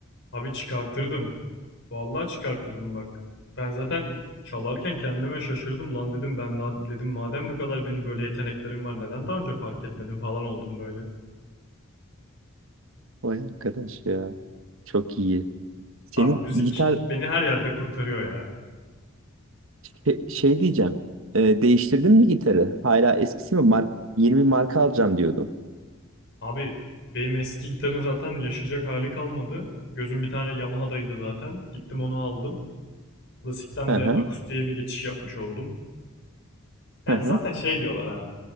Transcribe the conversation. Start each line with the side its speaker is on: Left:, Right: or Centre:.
Left: Abi çıkartırdım. Vallahi çıkartırdım bak. Ben zaten çalarken kendime şaşırdım lan dedim ben na- dedim madem bu kadar benim böyle yeteneklerim var neden daha önce fark etmedim falan oldum böyle.
Right: Vay arkadaş ya. Çok iyi. Senin
Left: Abi müzik
Right: gitar
Left: beni her yerde kurtarıyor ya.
Right: Şey, şey diyeceğim. Ee, değiştirdin mi gitarı? Hala eskisi mi? Mark, yeni bir marka alacağım diyordun.
Left: Abi benim eski gitarın zaten yaşayacak hali kalmadı. Gözüm bir tane Yamaha'daydı zaten. Gittim onu aldım. Klasikten
Right: Hı hı.
Left: de akustiğe bir geçiş yapmış oldum. Yani
Right: Hı hı.
Left: zaten şey diyorlar abi.